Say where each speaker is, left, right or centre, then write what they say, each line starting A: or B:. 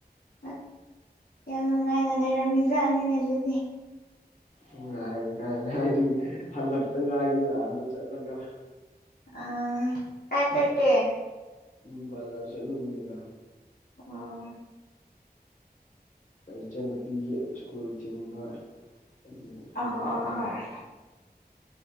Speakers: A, on the left (about 70°); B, on the left (about 50°).
A: <unintelligible> ꯌꯥꯝ ꯅꯨꯡꯉꯥꯏꯅ ꯂꯩꯔꯝꯃꯤ ꯖꯥꯠꯅꯤꯅꯦ ꯗꯨꯗꯤ꯫
B: ꯅꯨꯡꯉꯥꯏꯕ ꯀꯥꯢ ꯂꯥꯏꯔꯤ ꯍꯜꯂꯛꯇ ꯉꯥꯏꯔꯤꯗ ꯑꯥꯗ ꯆꯠꯂꯒ꯫
A: ꯑꯥ ꯀꯥꯏ ꯆꯠꯀꯦ?
B: ꯎꯝ ꯕꯖꯥꯔ ꯆꯠꯂꯨꯕꯅꯤꯗ꯫
A: ꯑꯣ
B: ꯑꯩ ꯏꯆꯟꯅꯨꯄꯤꯒꯤ ꯁ꯭ꯀꯨꯜ ꯊꯤꯟꯕ <inaudible> ꯍꯜꯂꯛꯇ
A: ꯑꯧ ꯑꯧ
B: ꯉꯥꯏꯔꯤ꯫
A: ꯍꯣꯏ